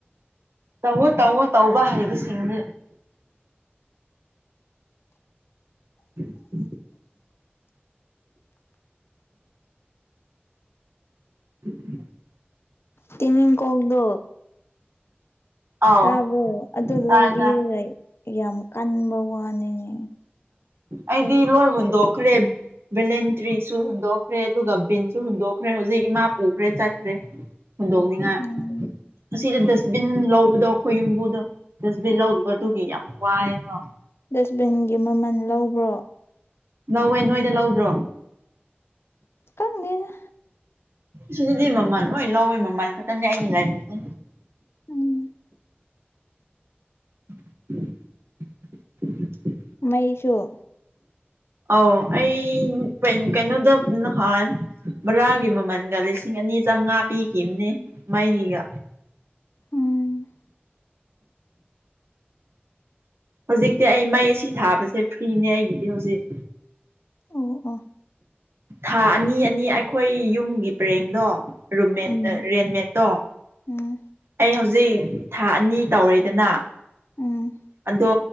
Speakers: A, on the right (about 75°); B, on the left (about 75°).
A: ꯇꯧꯋꯣ ꯇꯧꯋꯣ ꯇꯧꯕ ꯍꯩꯕꯁꯤꯡꯗꯤ <unintelligible> <unintelligible>
B: ꯇꯦꯃꯤꯡ ꯀꯣꯡꯗꯣ
A: ꯑꯥꯎ
B: ꯇꯥꯕꯣ ꯑꯗꯨ
A: ꯇꯥꯏ
B: ꯂꯩꯕꯤꯔꯦ
A: ꯇꯥꯏ
B: ꯌꯥꯝ ꯀꯟꯕ ꯋꯥꯅꯤꯅꯦ
A: ꯑꯩꯗꯤ ꯂꯣꯏ ꯍꯨꯟꯗꯣꯛꯈ꯭ꯔꯦ ꯚꯤꯂꯦꯟꯇ꯭ꯔꯤꯁꯨ ꯍꯨꯟꯗꯣꯛꯈ꯭ꯔꯦ ꯑꯗꯨꯒ ꯕꯤꯟꯁꯨ ꯍꯨꯟꯗꯣꯛꯈ꯭ꯔꯦ ꯍꯧꯖꯤꯛ ꯏꯃꯥ ꯄꯨꯈ꯭ꯔꯦ ꯆꯠꯈ꯭ꯔꯦ ꯍꯨꯟꯗꯣꯛꯅꯤꯡꯉꯥꯏ
B: ꯎꯝ
A: ꯁꯤꯗ ꯗꯁꯕꯤꯟ ꯂꯧꯕꯗꯣ ꯑꯩꯈꯣꯏ ꯌꯨꯝꯕꯨꯗ ꯗꯁꯕꯤꯟ ꯂꯧꯗꯕꯗꯨꯒꯤ ꯌꯥꯝ ꯋꯥꯏꯑꯦꯕ
B: ꯗꯁꯕꯤꯟꯒꯤ ꯃꯃꯜ ꯂꯧꯕ꯭ꯔꯣ
A: ꯂꯧꯋꯦ ꯅꯣꯏꯗ ꯂꯧꯗ꯭ꯔꯣ
B: ꯀꯪꯅꯤꯅ
A: ꯁꯤꯗꯗꯤ ꯃꯃꯜꯣ ꯍꯣꯏ ꯂꯧꯋꯦ ꯃꯃꯜꯅꯤ ꯈꯛꯇꯅꯦ ꯑꯩꯅ ꯂꯥꯏꯕꯁꯦ
B: ꯎꯝ
A: <unintelligible>
B: ꯃꯩꯁꯨꯣ
A: ꯑꯥꯎ ꯑꯩ ꯀꯩꯅꯣꯗ ꯅꯍꯥꯟ ꯕꯣꯔꯥꯒꯤ ꯃꯃꯜꯒ ꯂꯤꯁꯤꯡ ꯑꯅꯤ ꯆꯥꯝꯃꯉꯥ ꯄꯤꯈꯤꯕꯅꯤ ꯃꯩꯒꯤꯒ
B: ꯎꯝ
A: ꯍꯧꯖꯤꯛꯇꯤ ꯑꯩ ꯃꯩ ꯑꯁꯤ ꯊꯥꯕꯁꯦ ꯐ꯭ꯔꯤꯅꯦ ꯑꯩꯒꯤꯗꯤ ꯍꯧꯖꯤꯛ
B: ꯑꯣ ꯑꯣ
A: ꯊꯥ ꯑꯅꯤ ꯑꯅꯤ ꯑꯩꯈꯣꯏ ꯌꯨꯝꯒꯤ ꯄꯔꯦꯡꯅꯣ ꯔꯨꯝꯃꯦꯠ
B: ꯎꯝ
A: ꯔꯦꯟꯃꯦꯠ ꯇꯣ
B: ꯎꯝ
A: ꯑꯩ ꯍꯧꯖꯤꯛ ꯊꯥ ꯑꯅꯤ ꯇꯧꯔꯦꯗꯅ
B: ꯎꯝ
A: ꯑꯗꯣ